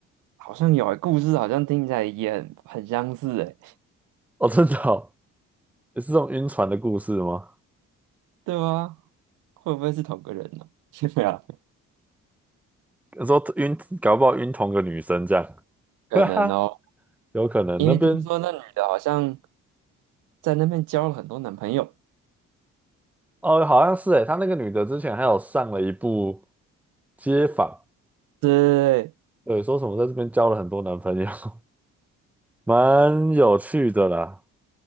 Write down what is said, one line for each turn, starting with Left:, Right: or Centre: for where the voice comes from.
Right: 好像有欸，故事好像听起来也很很相似，哎，
Centre: 哦，真的哦，也是这种晕船的故事吗？
Right: 对吗？会不会是同个人呢、<laughs> 对啊，
Centre: 说晕，搞不好晕同个女生这样，
Right: 可能哦，
Centre: <laughs> 哈哈，有可能那边
Right: 因为听说那女的好像在那边交了很多男朋友，
Centre: 哦，好像是诶，他那个女的之前还有上了一部街访，
Right: 对，
Centre: 对，说什么在这边交了很多男朋友，<laughs> 蛮有趣的啦。